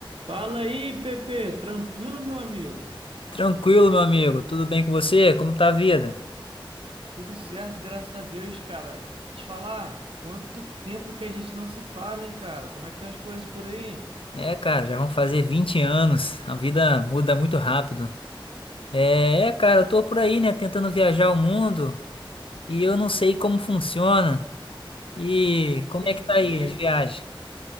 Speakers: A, on the right; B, on the left.
A: Fala aí, Pepe, tranquilo, meu amigo?
B: Tranquilo, meu amigo. Tudo bem com você? Como tá a vida?
A: Tudo certo, graças a Deus, cara. Te falar, quanto tempo que a gente não se fala, hein, cara? Como é que estão as coisas por aí?
B: É, cara, já vão fazer 20 anos. A vida muda muito rápido. É, é, cara, eu tô por aí, né, tentando viajar o mundo e eu não sei como funciona. E
A: Entendi.
B: como é que tá aí as viagens?